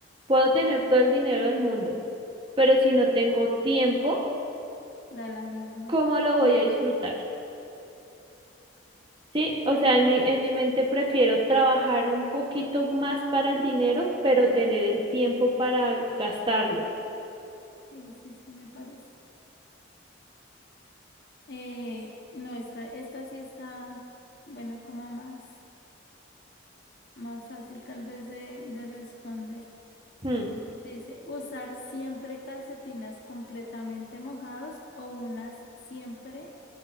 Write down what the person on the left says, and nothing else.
Da la misma.
Sí, sí, sí, me parece. Eh, no, esta, esta sí está, bueno, como más, más fácil tal vez de, de responder.
Dice, usar siempre calcetinas completamente mojados o unas siempre,